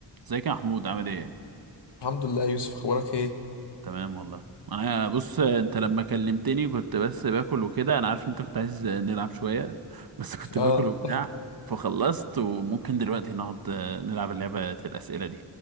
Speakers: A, on the right; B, on the left.
A: ازيك يا محمود عامل ايه
B: الحمد لله يا يوسف اخبارك ايه
A: تمام والله انا بص انت لما كلمتني كنت بس باكل وكده انا عارف ان انت كنت عايز نلعب شويه بس كنت
B: اه
A: باكل وبتاع فخلصت وممكن دلوقتي نقعد نلعب اللعبه الاسئله دي